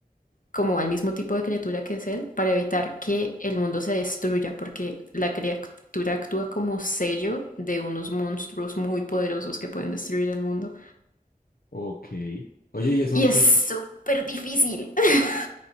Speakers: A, on the left; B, on the left.
A: como al mismo tipo de criatura que es él, para evitar que el mundo se destruya, porque la criatura actúa como sello de unos monstruos muy poderosos que pueden destruir el mundo.
B: Ok. Oye, ¿y eso
A: Y
B: en
A: es
B: qué,
A: súper difícil. <laughs>